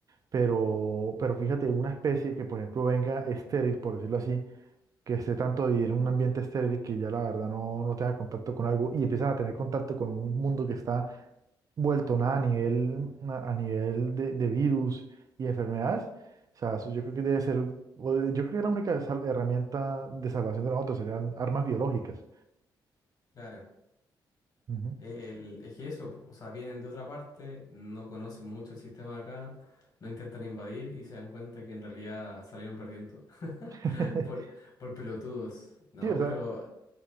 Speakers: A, on the right (about 45°); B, on the left (about 50°).
A: Pero, pero fíjate, una especie que, por ejemplo, venga estéril, por decirlo así, que esté tanto de vivir en un ambiente estéril que ya la verdad no, no tenga contacto con algo y empiezan a tener contacto con un mundo que está vuelto nada a nivel, a a nivel de, de virus y enfermedades. O sea, eso yo creo que debe ser, o de- yo creo que la única sal- herramienta de salvación de nosotros serían armas biológicas.
B: Claro.
A: Ujú.
B: El, es que eso, po, o sea, vienen de otra parte, no conocen mucho el sistema de acá, no intentan invadir y se dan cuenta que en realidad salieron perdiendo <laughs>
A: <laughs>
B: por, por pelotudos, ¿no?
A: Sí, o
B: Pero
A: sea,